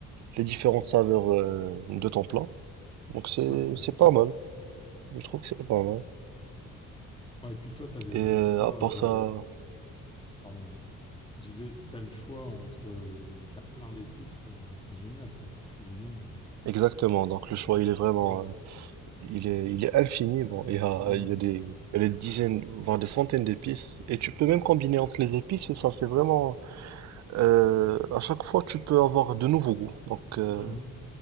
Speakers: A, on the right; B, on the left.
A: les différentes saveurs euh, de ton plat. Donc c'est
B: Ouais.
A: c'est pas mal. Je trouve que c'est pas mal.
B: Ouais, et puis toi, tu as le
A: Et euh,
B: choix,
A: à part ça,
B: euh, pardon, hein. je disais, tu as le choix entre, euh, tu as plein d'épices, euh, c'est génial ça pour cuisiner, euh.
A: exactement. Donc le choix,
B: ça c'est
A: il est vraiment,
B: incroyable.
A: euh, il est, il est infini. Bon, il y a,
B: Mmh,
A: il y a des, il y a des dizaines, voire des centaines d'épices. Et tu peux même combiner entre les épices et ça fait vraiment, euh, à chaque fois, tu peux avoir de nouveaux goûts. Donc, euh,
B: mmh.